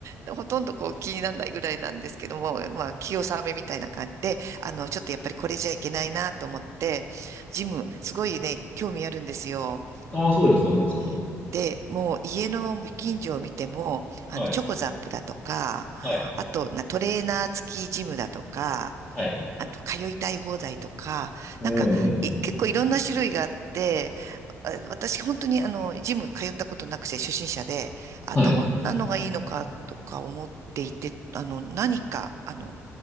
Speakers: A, on the right; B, on the left.
A: でほとんどこう気にならないぐらいなんですけども、まあ、気さめみたいな感じで、あの、ちょっとやっぱりこれじゃいけないなと思って、ジム、すごいね、興味あるんですよ。
B: ああ、そうですか、そうですか。
A: うん。で、もう家の近所を見ても、あの、
B: はい。
A: チョコザップだとか、
B: はい、
A: あとな、トレーナー付きジムだとか、
B: はい。
A: あと、通いたい放題とか、
B: うんうんうん。
A: なんか、い結構いろんな種類があって、あ私本当にあの、ジム通ったことなくて初心者で、あ、
B: はい、
A: どんなのがいいのかとか思っていて、あの、何か、あの、